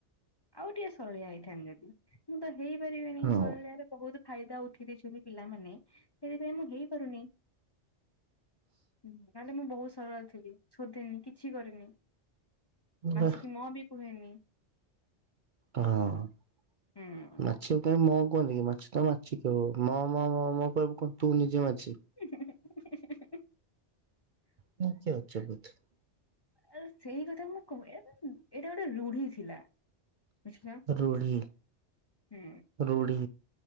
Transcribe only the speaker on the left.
ଆଉ ଟେ ସରଳିଆ ହେଇଥାନ୍ତି ଯଦି, ମୁଁ ତ ହେଇପାରିବିନି
ସରଳିଆ ର ବହୁତ ଫାଇଦା ଉଠି ଦେଇଛନ୍ତି ପିଲାମାନେ, ସେଥିପାଇଁ ମୁଁ ହେଇପାରୁନି। ନହେଲେ ମୁଁ ବହୁତ ସରଳ ଥିଲି, ଶୋଧେନି କିଛି କରେନି। ମାଛିିକି
ମ ବି କୁହେନି।
ହୁଁ।
ହୁଁ ହୁଁ ହୁଁ ହୁ ହୁ ହୁ
ଆ ସେଇ କଥା ମୁଁ କ, ଏଇଟା ଗୋଟେ ରୁଢି ଥିଲା। ବୁଝିଲ
ହୁଁ।